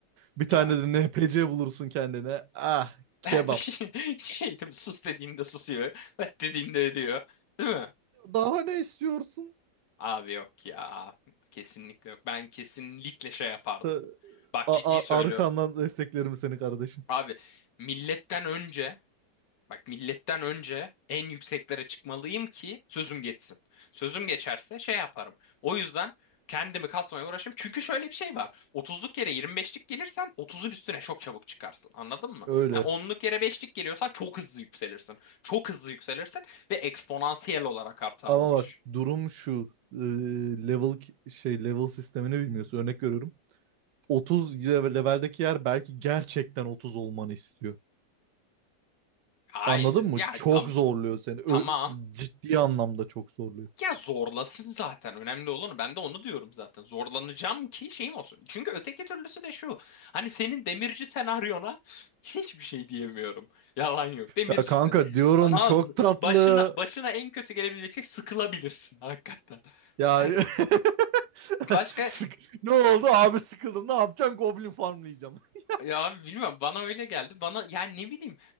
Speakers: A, on the right; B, on the left.
A: Bir
B: <laughs> Ya.
A: tane de NPC bulursun kendine. Ah kebap.
B: <laughs> Şey, şey değil Sus dediğinde susuyor. Evet dediğinde ediyor. Değil mi?
A: Daha ne istiyorsun?
B: Abi yok ya. Kesinlikle yok. Ben kesinlikle şey yapardım.
A: Sa-
B: Bak
A: a-
B: ciddi
A: a-
B: söylüyorum.
A: arkandan desteklerim seni kardeşim.
B: Abi milletten önce Bak milletten önce en yükseklere çıkmalıyım ki sözüm geçsin. Sözüm geçerse şey yaparım. O yüzden kendimi kasmaya uğraşım. Çünkü şöyle bir şey var. 30'luk yere 25'lik gelirsen 30'un üstüne çok çabuk çıkarsın. Anladın mı?
A: Öyle.
B: Ha, 10'luk yere 5'lik geliyorsan çok hızlı yükselirsin. Çok hızlı yükselirsin ve eksponansiyel olarak artar
A: Ama
B: bu iş.
A: bak durum şu. Ee, level ki- şey level sistemini bilmiyorsun. Örnek veriyorum. 30 level- leveldeki yer belki gerçekten 30 olmanı istiyor.
B: Hayır.
A: Anladın mı?
B: Ya
A: Çok
B: tam
A: zorluyor seni. Ö-
B: tamam
A: ciddi anlamda çok zorluyor.
B: Ya zorlasın zaten. Önemli olanı. Ben de onu diyorum zaten. Zorlanacağım ki şeyim olsun. Çünkü öteki türlüsü de şu. Hani senin demirci senaryona <laughs> hiçbir şey diyemiyorum. Yalan yok. Demircisin.
A: Ya kanka diyorum
B: Anan
A: çok tatlı.
B: başına başına en kötü gelebilecek şey sıkılabilirsin hakikaten.
A: Ya
B: Hani
A: <laughs>
B: başka
A: Sık- ne oldu abi sıkıldım. Ne yapacağım? Goblin farmlayacağım. <laughs>
B: ya bilmem bana öyle geldi. Bana yani ne bileyim.